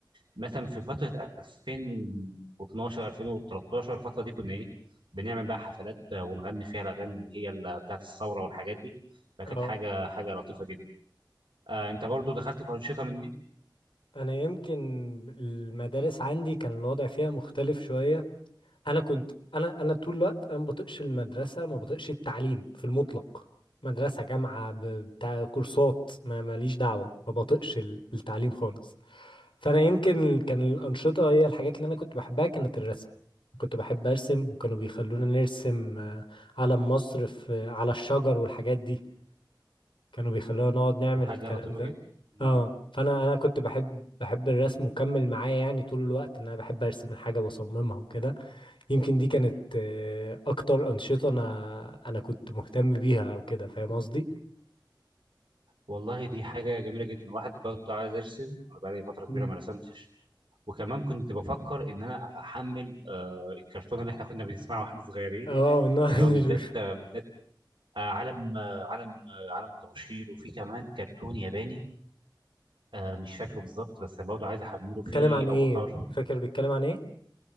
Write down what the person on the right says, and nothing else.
مثلا في فتره 2012 2013 الفتره دي كنا ايه بنعمل بقى حفلات آه، ونغني فيها الاغاني اللي هي ال- بتاعه الثوره والحاجات دي فكانت
حاجه حاجه لطيفه جدا آه انت برضه دخلت في انشطه من دي
دي حاجة
لطيفة
جدا مم.
والله دي حاجة جميلة جدا واحد برضه عايز أرسم أنا بقالي فترة كبيرة
ما رسمتش وكمان كنت بفكر إن أنا أحمل آه الكرتون اللي إحنا كنا بنسمعه وإحنا صغيرين
اللي هو بالذات
آه بالذات آه عالم آه عالم آه عالم الطباشير وفي كمان كرتون ياباني آه مش فاكره بالظبط بس برضه عايز أحمله فيه
أفاتار